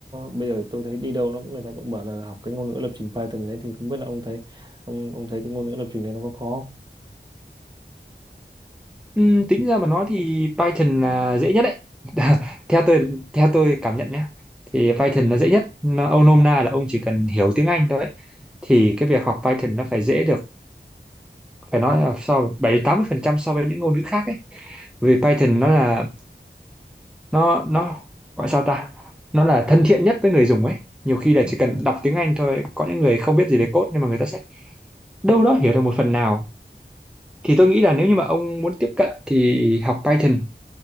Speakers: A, on the right (about 25°); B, in the centre.
A: bây giờ tôi thấy đi đâu nó cũng người ta cũng bảo là học cái ngôn ngữ lập trình Python đấy thì không biết là ông thấy ông ông thấy cái ngôn ngữ lập trình này nó có khó
B: Ừm, tính ra mà nói thì Python là dễ nhất đấy <laughs>
A: không?
B: theo tôi theo tôi cảm nhận nhé thì Python là dễ nhất Nó- ông nôm na là ông chỉ cần hiểu tiếng Anh thôi ấy. thì cái việc học Python nó phải dễ được phải nói là so bảy tám mươi phần trăm so với những ngôn ngữ khác ấy vì Python nó là nó nó gọi sao ta nó là thân thiện nhất với người dùng ấy nhiều khi
A: Ừ.
B: là chỉ cần đọc tiếng Anh thôi có những người không biết gì về code nhưng mà người ta sẽ đâu đó hiểu được một phần nào thì tôi nghĩ là nếu như mà ông muốn tiếp cận thì học Python